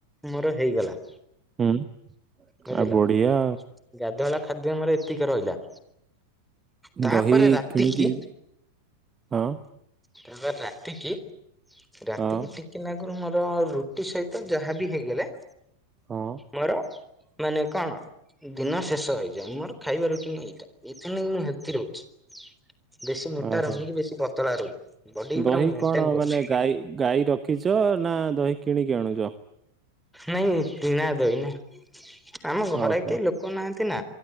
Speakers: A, in the centre; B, on the right (about 20°).
A: ମୋର ହେଇଗଲା।
B: ହୁଁ
A: ବୁଝିଲ।
B: ଆଉ ବଢିଆ।
A: ଗାଧୁଆଳ ଖାଦ୍ୟ ଆମର ଏତିକା ରହିଲା। ତାପରେ
B: ଦହି
A: ରାତିକି
B: କିଣିକି ଆଁ।
A: ତାପ ରାତି କି ରାତିକି
B: ହଁ
A: ଟିକ୍ କିନା ଆଗୁରୁ ମୋର ରୁଟି ସହିତ ଯାହା ବି ହେଇଗଲେ
B: ହଁ
A: ମୋର ମାନେ କଣ ଦିନ ଶେଷ ହେଇଯାଏ। ମୋର ଖାଇବା ରୁଟିନ୍ ଏଇଟା ଏଇଥିନେ ମୁଁ ହେଲ୍ଥି ରହୁଚି। ବେଶୀ ମୋଟା
B: ଓହୋ
A: ରହୁନି କି ବେଶୀ ପତଳା ରହୁନି। ବଡିକି ପୁରା
B: ଦହି
A: ମୁଁ ମେଣ୍ଟେନ
B: କଣ
A: କରୁଛି।
B: ମାନେ ଗାଈ ଗାଈ ରଖିଛ ନା ଦହି କିଣିକି ଆଣୁଚ?
A: ନାଇଁ କିଣା ଦହି ନା ଆମ ଘରେ
B: ଓହୋ
A: କେ ଲୋ କ ନାହାନ୍ତି ନା